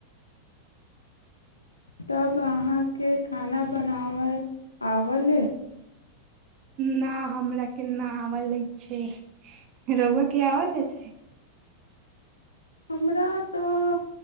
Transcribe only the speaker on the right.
न हमरा केना आवल लै छै रहुआ के आवल ल छै